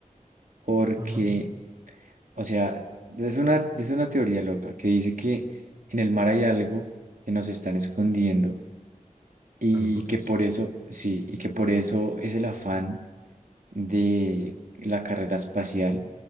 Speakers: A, on the right; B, on the right.
A: porque
B: Ajá.
A: O sea, es una, es una teoría loca que dice que en el mar hay algo que nos están escondiendo y
B: A nosotros.
A: que por eso, sí, y que por eso es el afán de la carrera espacial